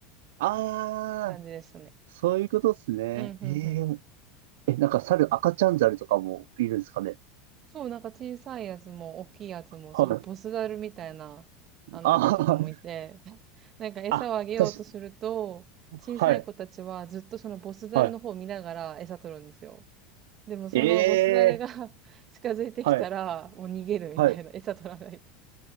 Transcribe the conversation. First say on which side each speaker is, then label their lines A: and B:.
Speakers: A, on the right (about 65°); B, on the right (about 40°).
A: ああ、
B: 感じでしたね。
A: そういうことですね。
B: うん、
A: ええ
B: うん、うん。
A: え、なんか猿、赤ちゃん猿とかもいるんですかね。
B: そう、なんか小さいやつも大きいやつも、
A: はい。
B: すごいボスザルみたいな、あの子とかもいて、
A: あー
B: <laughs> なんか餌をあげようとすると、
A: あ、確か、はい、
B: 小さい子たちはずっとそのボスザルの方を見ながら餌取るんですよ。
A: はい。
B: でもそのボスザルが
A: ええ
B: <laughs> 近づいてきたら、
A: はい、
B: もう逃げるみたいな、
A: はい。
B: 餌取らないで。